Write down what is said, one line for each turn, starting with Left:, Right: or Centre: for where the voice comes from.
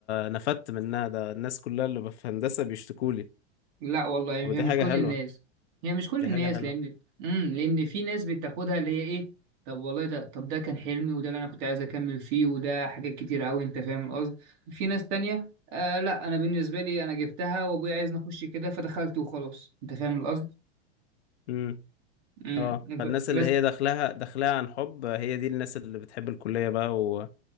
Left: نفدت منها ده الناس كلها اللي في هندسة بيشتكوا لي
Right: لا والله هي
Left: طب دي
Right: مش
Left: حاجة
Right: كل
Left: حلوة
Right: الناس هي مش كل
Left: دي
Right: الناس
Left: حاجة حلوة
Right: لان امم لان في ناس بتاخدها اللي هي ايه طب والله ده طب ده كان حلمي وده اللي انا كنت عايز اكمل فيه وده حاجات كتير قوي انت فاهم القصد في ناس تانية آه لا انا بالنسبه لي انا جبتها وابويا عايز نخش كده فدخلت وخلاص انت فاهم القصد
Left: امم
Right: مم.
Left: اه فالناس
Right: ب-
Left: اللي
Right: بس
Left: هي داخلها داخلها عن حب هي دي الناس اللي بتحب الكلية بقى و...